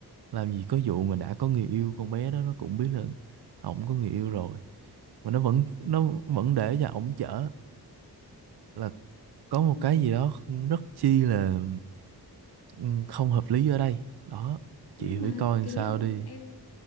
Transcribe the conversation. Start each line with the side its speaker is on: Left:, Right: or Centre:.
Right: làm gì có vụ mà đã có người yêu con bé đó nó cũng biết là ổng có người yêu rồi mà nó vẫn nó vẫn để cho ổng chở là có một
Left: ừ.
Right: cái gì đó rất chi là ừ, không hợp lý ở đây đó chị
Left: Nhưng mà
Right: phải coi làm
Left: cái
Right: sao
Left: lúc
Right: đi
Left: em